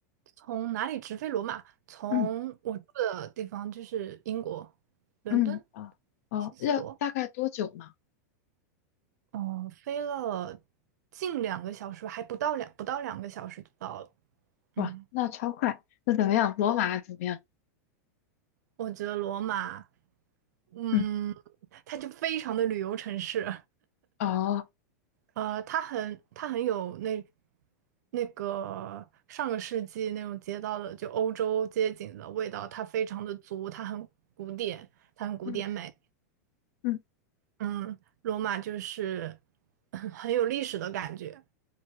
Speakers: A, on the right; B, on the left.
A: 从哪里直飞罗马？从我住的地方就是英国伦敦
B: 嗯，嗯，啊，哦，
A: 希斯罗，
B: 要大概多久呢？
A: 嗯，飞了近两个小时，还不到两不到两个小时就到了。嗯，
B: 哇，那超快。那怎么样？罗马怎么样？
A: 我觉得罗马，嗯，
B: 嗯，
A: 它就非常的旅游城市，
B: 哦，
A: 呃，它很它很有那那个上个世纪那种街道的就欧洲街景的味道，它非常的足，它很古典，它很古典美。
B: 嗯嗯
A: 嗯，罗马就是嗯很有历史的感觉，